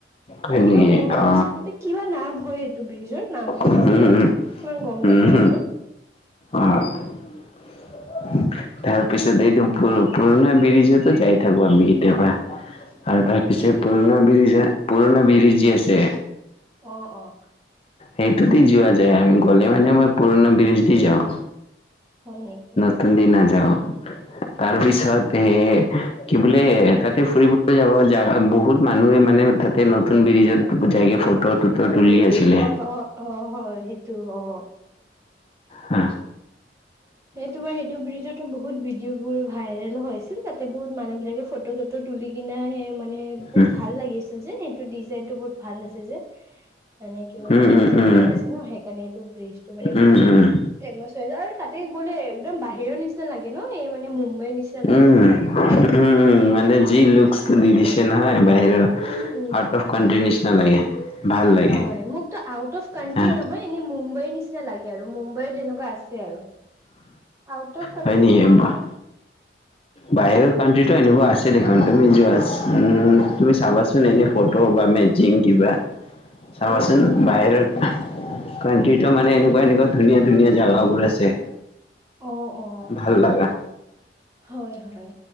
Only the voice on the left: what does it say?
হয়
নেকি
অ
উম
উম
উম হম
অ তাৰপিছত তাৰপিছত এইটো পু পুৰণা ব্ৰিজতো যাই থাকো আমি কেতিয়াবা আৰু তাৰ পিছত
পুৰণা ব্ৰিজ হয় পুৰণা ব্ৰিজ যে আছে।
সেইটো দি যোৱা যায় আমি গ'লে মানে মই পুৰণা ব্ৰিজ দি যাওঁ।
যোন দিনা যাওঁ তাৰপিছত সেই কি বোলে তাতে ফুৰিবলৈ যাব জা বহুত মানুহে মানে তাতে নতুন ব্ৰিজত যায়গে ফটোত ত তুলি আছিলে
হ।
উম
উম
উম
উম উম
উম
উম উম মানে যি লুকচটো দি দিছে নহয় বাহিৰৰ
আউট অফ
কান্ট্ৰি নিচিনা লাগে। ভাল লাগে
হা,
হয় নেকি
বা- বাহিৰৰ কাণ্ট্ৰিটো এনেকুৱা আছে দেখোন তুমি যোৱা উম তুমি চাবাচোন এনে ফটো বা মেজ জিং কিবা। চাবাচোন
বাহিৰৰ কাণ্ট্ৰিটো মানে
এনেকুৱা
এনেকুৱা ধুনীয়া ধুনীয়া জেগাবোৰ আছে
ভাল লগা।